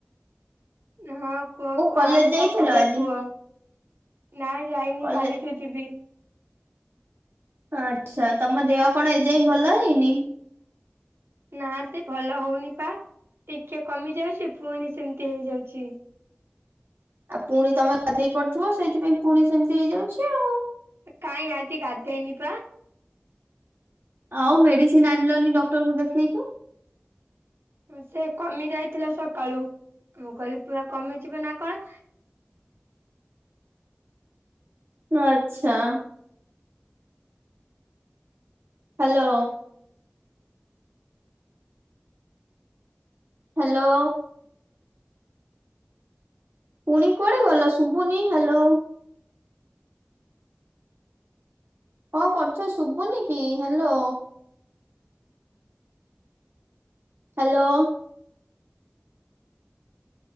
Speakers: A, on the right; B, on the right.
A: ହଁ କୁହ କୁ
B: କଲେଜ
A: ଆଉ କଣ
B: ଯାଇଥିଲ
A: ଖବର
B: ଆଜି
A: କୁହ? ନାଇଁ ଯାଇନି
B: କଲେଜ
A: କାଲିଠୁ ଯିବି।
B: ଆଚ୍ଛା ତମ ଦେହ କଣ ଏଯାଏଁ ଭଲ ହେଇନି?
A: ନା ସେ ଭଲ ହୋଉନି ପା ଟିକେ କମି ଯାଉଚି ପୁଣି ସେମିତି ହେଇଯାଉଛି।
B: ଆ ପୁଣି ତମେ ଗାଧେଇ ପଡୁଥିବ ସେଇଥିପାଇଁ ପୁଣି ସେମିତି ହେଇଯାଉଛି ଆଉ।
A: କାଇଁ ଆଜି ଗାଧେଇନିପା?
B: ଆଉ ମେଡିସିନ ଆଣିଲନି ଡକ୍ଟରଙ୍କୁ ଦେଖେଇକି?
A: ଉଁ ସେ କମି ଯାଇଥିଲା ସକାଳୁ ମୁଁ କହିଲି ପୁରା କମିଯିବ ନା କଣ।
B: ଆଚ୍ଛା। ହ୍ୟାଲୋ। ହ୍ୟାଲୋ। ପୁଣି କୁଆଡେ ଗଲ ଶୁଭୁନି ହ୍ୟାଲୋ? କଣ କରୁଛ ଶୁଭୁନି କି ହାଲୋ। ହାଲୋ